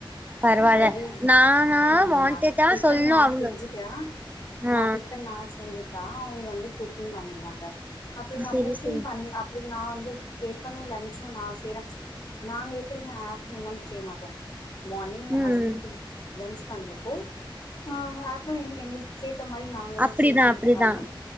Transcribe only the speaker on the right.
பரவால்ல
நானா
வாண்டடா
சொல்ணு
அவங்க
ஆ
செரி
செரி
ம்
அப்டிதா
அப்டிதா